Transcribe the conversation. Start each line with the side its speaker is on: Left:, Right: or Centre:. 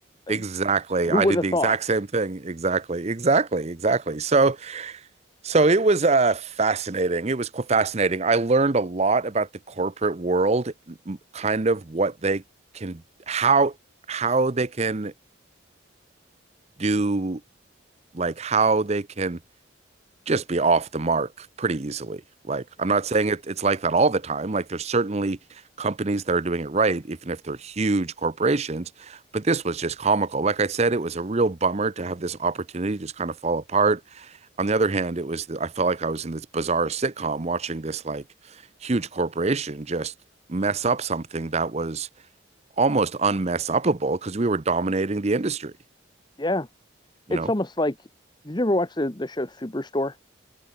Left: Like,
Right: Exactly.
Left: who
Right: I
Left: would
Right: did
Left: have
Right: the exact
Left: thought?
Right: same thing. Exactly. Exactly. Exactly. So, so it was uh fascinating. It was qu- fascinating. I learned a lot about the corporate world, m- kind of what they can, how how they can do, like how they can just be off the mark pretty easily. Like, I'm not saying it, it's like that all the time. Like, there's certainly companies that are doing it right, even if they're huge corporations. But this was just comical. Like I said, it was a real bummer to have this opportunity just kind of fall apart. On the other hand, it was, I felt like I was in this bizarre sitcom watching this like huge corporation just mess up something that was almost unmess upable because we were dominating the industry,
Left: Yeah,
Right: you
Left: it's
Right: know?
Left: almost like did you ever watch the the show Superstore?